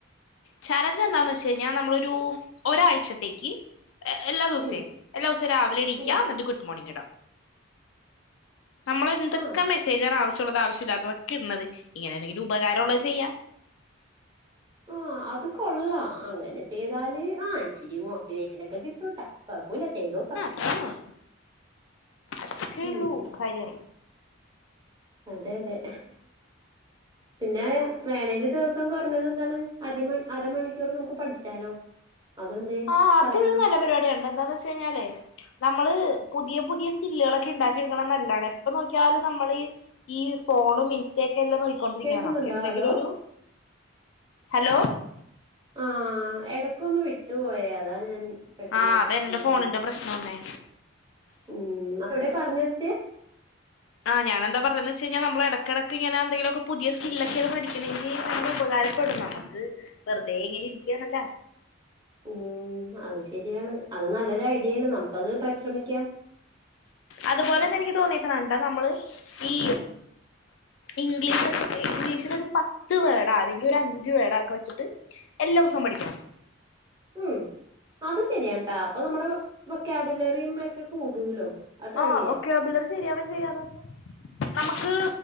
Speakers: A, on the left; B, on the right.
A: ചലഞ്ച് എന്താന്ന് വെച്ചഴിഞ്ഞാ നമ്മളൊരു ഒരാഴ്ചത്തേക്ക് എ എല്ലാ ദിവസേം
B: ഉം
A: എല്ലാസോം രാവിലെണിക്ക
B: ഉം.
A: ന്നട്ട് ഗുഡ് മോണിംഗ്ടാ നമ്മളെന്തൊക്കെ
B: ആ.
A: മെസ്സേജാണ് ആവശ്യമുള്ളത് ആവശ്യല്ലതതൊക്കെട്ണത് ഇങ്ങനെ ന്തെങ്കിലുപകാരള്ളത് ചെയ്യാ
B: ആഹ് അത് കൊള്ളാം അങ്ങനെ ചെയ്താല് ആഹ് ഇച്ചിരി മോ ട്ടിവേഷനൊക്കെ കിട്ടൂട്ടാ കൊഴപ്പല്ല ചെയ്തോക്കാ.
A: ആഹ് അത്രേള്ളൂ
B: ഉം.
A: കാര്യം.
B: അതെ യതെ പിന്നെ വേണേന്ന് ദിവസം കൊർഞ്ഞത് എന്താണ് അരമ അരമണിക്കൂറ് നമക്ക് പഠിച്ചാലോ. അതെന്തേ
A: ആഹ് അതൊരു
B: പറയുന്നു
A: നല്ല പരിപാട്യാണ് ട്ടോ എന്താന്ന് വെച്ചഴിഞ്ഞാലേ. നമ്മള് പുതിയ പുതിയ സ്കില്ലെളൊ ക്കിണ്ടാക്കിട്ക്ക്ണ നല്ലാണ് എപ്പൊ നോക്ക്യാലും നമ്മളീ ഈ ഫോണും ഇൻസ്റ്റൊക്കെ ല്ലേ നോക്കിക്കൊണ്ടിരിക്കണ
B: കേക്കുന്നുണ്ടോ
A: അപ്പെന്തെങ്കിലൊരു
B: ഹലോ
A: ഹലോ
B: ആഹ് എടക്കൊന്ന് വിട്ട് പോയ അതാ ഞാൻ പെട്ടെന്ന്
A: ആഹ് അതെന്റെ
B: എന്താന്ന്
A: ഫോണിന്റെ പ്രശ്നാ ന്നേ
B: ഉം അപ്പെവടെ പർഞ്ഞെത്യെ?
A: ആഹ് ഞാനെന്താ പർഞ്ഞതച്ചഴ്ഞ്ഞാ നമ്മളെടക്കെടക്ക് ഇങ്ങനെ എന്തെങ്കിലൊക്കെ പുതിയ സ്കില്ലൊക്കെ പഠിക്കണെങ്കി അ <unintelligible> ഉപകാര പ്പെടും നമ്മക്ക് വെറ്തെയിങ്ങനിരിയ്ക്കാണല്ല
B: ഉം അത് ശെര്യാണ് അത് നല്ലൊരൈഡ്യേണ് നമക്കത് പരിശ്രമിക്കാം.
A: അത്പോലെന്നെ എനിക്ക് തോന്നീക്ക്ണ് ട്ടോ നമ്മള് ഈ ഇംഗ്ലീഷൊക്കെല്ലേ ഇംഗ്ലീഷൊക്കെ ഒരുപത്ത് വേഡോ അല്ലെങ്കി ഒരു അഞ്ചു വേഡോ ഒക്കെ വെച്ചിട്ട് എല്ലോസം പഠിക്കണം
B: ഉം അത് ശരിയാണ് ട്ടാ അപ്പൊ നമ്മുടെ വെക്കാബുലറിയുമൊക്കെ കൂടൂലോ അത് ട്രൈ
A: ആഹ്
B: ചെയ്യാം
A: വൊക്കബുലറി ശരിയാവാൻ ചെയ്യാന്നറിഞ്ഞേ നമുക്ക്